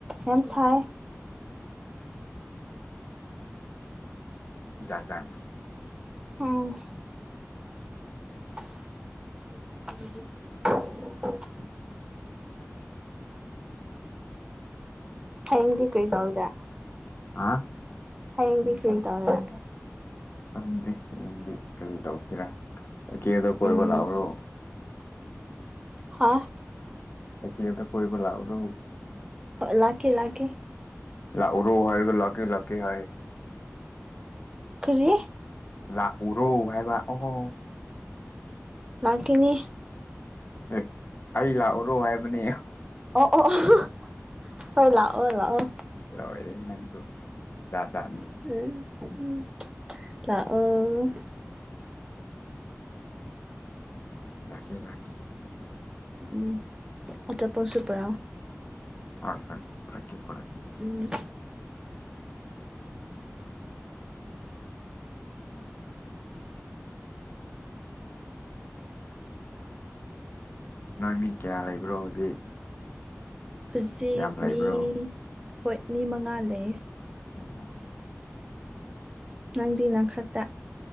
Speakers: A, on the right; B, on the left.
A: ꯌꯥꯝ ꯁꯥꯏ
B: ꯖꯥꯠꯖꯥꯠꯅꯤ
A: ꯎꯝ ꯎ ꯍꯌꯦꯡꯗꯤ ꯀꯔꯤ ꯇꯧꯏꯔꯦ
B: ꯍꯥ
A: ꯍꯌꯦꯡꯗꯤ ꯀꯔꯤ ꯇꯧꯏꯔꯦ
B: ꯈꯪꯗꯦ ꯌꯦꯡꯗꯦ ꯀꯔꯤ ꯇꯧꯁꯤꯔꯥ ꯇꯀꯦꯗ ꯀꯣꯏꯕ
A: ꯎꯝ
B: ꯂꯥꯛꯎꯔꯣ
A: ꯍꯥ
B: ꯇꯛꯌꯦꯜꯗ ꯀꯣꯏꯕ ꯂꯥꯛꯎꯔꯣ
A: ꯍꯣ ꯂꯥꯛꯀꯦ ꯂꯥꯛꯀꯦ
B: ꯂꯥꯛꯎꯔꯣ ꯍꯥꯏꯔꯒ ꯂꯀꯦ ꯂꯀꯦ ꯍꯥꯏ
A: ꯀ꯭ꯔꯤ
B: ꯂꯥꯛꯎꯔꯣ ꯍꯥꯏꯕ ꯑꯣꯍꯣ
A: ꯂꯥꯛꯀꯅꯤ
B: ꯑꯦ ꯑꯩ ꯂꯥꯛꯎꯔꯣ ꯍꯥꯏꯕꯅꯦ
A: ꯑꯣ ꯑꯣ ꯑꯣ ꯍꯣꯏ ꯂꯥꯛꯑꯣ ꯂꯥꯛꯑꯣ
B: ꯂꯣꯏꯔꯦꯍꯦ ꯅꯪꯁꯨ ꯖꯥꯠ ꯖꯥꯠꯅꯤ
A: ꯎꯝ ꯎ ꯂꯥꯛꯑꯣ
B: ꯂꯥꯛꯀꯦ ꯂꯥꯛꯀꯦ
A: ꯎꯝ ꯑ ꯆꯞꯄꯁꯨꯄꯔ
B: ꯍꯣꯏ ꯍꯣꯏ ꯄꯨꯔꯛꯀꯦ ꯄꯨꯔꯛꯀꯦ
A: ꯎꯝ
B: ꯅꯣꯏ ꯃꯤ ꯀꯌꯥ ꯂꯩꯕ꯭ꯔꯣ ꯍꯧꯖꯤꯛ
A: ꯍꯨꯖꯤꯛ
B: ꯌꯥꯝ ꯂꯩꯕ꯭ꯔꯣ
A: ꯃꯤ ꯍꯣꯏ ꯃꯤ ꯃꯉꯥ ꯂꯩ
B: ꯎꯝ
A: ꯅꯪꯗꯤ ꯅꯪ ꯈꯔꯇ